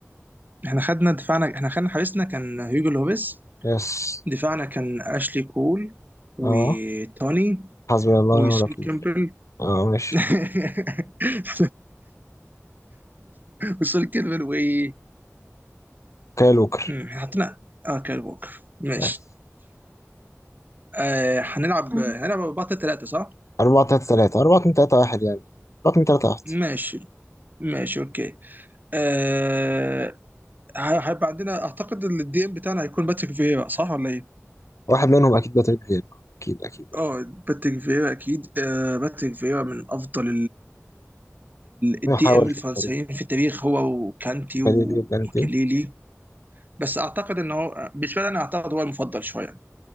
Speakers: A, on the right; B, on the left.
A: احنا خدنا دفاعنا احنا خدنا حارسنا كان هيجو لوبيس
B: يس
A: دفاعنا كان اشلي كول وتوني
B: اه حسبي الله
A: وسول
B: ونعم الوكيل
A: كيمبل
B: اه ماشي
A: <laughs> وسول كيمبل وايه
B: كاي ووكر
A: امم احنا حطينا اه كاري ووكر ماشي
B: يس
A: آه هنلعب مم. هنلعب بطل ثلاثة صح؟
B: أربعة تلاتة تلاتة أربعة اتنين تلاتة واحد يعني أربعة اتنين تلاتة واحد
A: ماشي ماشي اوكي آه ه- هيبقى عندنا اعتقد إن الدي ام بتاعنا هيكون باتريك فيرا صح ولا ايه؟
B: واحد منهم أكيد باتريك فيرا أكيد أكيد أكيد
A: اه باتريك فيرا اكيد آه باتريك فيرا من افضل الدي
B: ما حاولش
A: ام الفرنسيين
B: في الطريق
A: في التاريخ هو وكانتي وماكليلي
B: خليل يبقى أنت
A: بس اعتقد ان هو بالنسبه لي انا اعتقد هو المفضل شويه